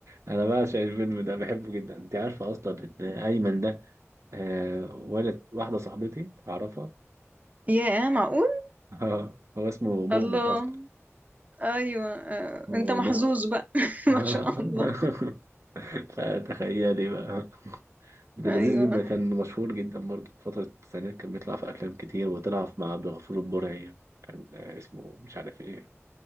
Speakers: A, on the right; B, on the right.
A: انا بعشق الفيلم ده بحبه جدا انت عارفه اصلا ان ايمن ده آه ولد واحده صاحبتي اعرفها
B: يا معقول
A: آه، <laughs> هو اسمه مؤمن
B: الله
A: اصلا
B: ايوه آه،
A: اسمه
B: انت محظوظ
A: مؤمن
B: بقى <laughs>
A: <laughs>
B: ما شاء الله
A: فتخيلي بقى ده
B: ايوه
A: لذيذ جدا كان مشهور جدا برضه في فترة التسعينات كان بيطلع في أفلام كتير وطلع مع عبد الغفور البرعي كان آه، اسمه مش عارف ايه